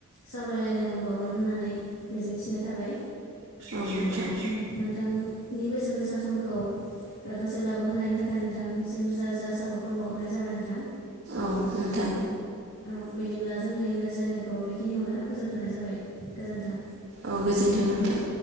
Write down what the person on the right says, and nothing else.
औ नोंथां
औ नोंथां
औ गोजोन्थों नोंथां।